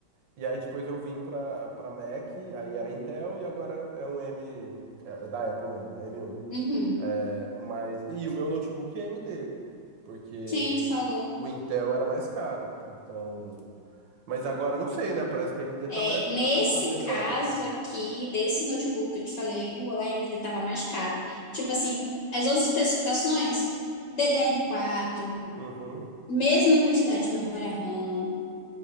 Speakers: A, on the right (about 65°); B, on the left (about 60°).
A: E aí depois eu vim pra, pra Mac, aí era Intel e agora é um M, é, é da Apple mesmo, né? m um,
B: Uhum.
A: É, mas, e o meu notebook é AMD, porque
B: Sim, tu falou.
A: o Intel era mais caro. Então, mas agora não sei, né? Parece que a AMD
B: É,
A: tá mais,
B: nesse
A: tá, tá melhor
B: caso
A: aí.
B: aqui, desse notebook que eu te falei, o AMD estava mais caro. Tipo assim, as outras especificações, ddr quatro
A: Uhum.
B: mesma quantidade de memória RAM,